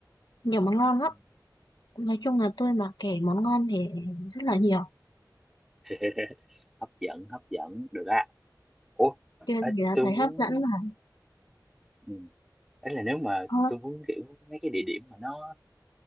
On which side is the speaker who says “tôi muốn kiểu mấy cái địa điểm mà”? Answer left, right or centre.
Centre